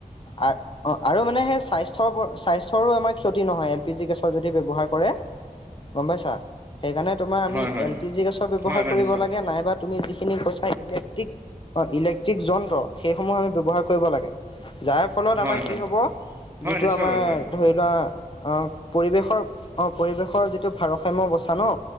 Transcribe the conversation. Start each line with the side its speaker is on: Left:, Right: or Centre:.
Left: অঁ আৰু মানে সেই স্বাস্থ্যৰ স্বাস্থ্যৰো আমাৰ ক্ষতি নহয়, এল পি জি গেছৰ যদি ব্যৱহাৰ কৰে গম পাইছা, সেই কাৰণে তোমা অমি
Right: হয় হয় হয়
Left: এল পি জি গেছৰ ব্যৱহাৰ
Right: হয় হয়
Left: কৰিব
Right: নিশ্চিত
Left: লাগ নাইব তুমি যি খিনি কৈছা ইলেক্ট্ৰিক। অঁ, ইলেক্ট্ৰিক যন্ত্ৰ সেইসমূহ আমি ব্যৱহাৰ কৰিব লাগে। যাৰ ফলত
Right: হয়
Left: আমাৰ
Right: হয়
Left: কি হ'ব
Right: হয়
Left: যিটো
Right: নিশ্চিতভাৱে
Left: আমাৰ
Right: হয়
Left: ধৰি লোৱা অঁ পৰিৱেশৰ অঁ পৰিৱেশৰ যিটো ভাৰসাম্য অৱস্থা ন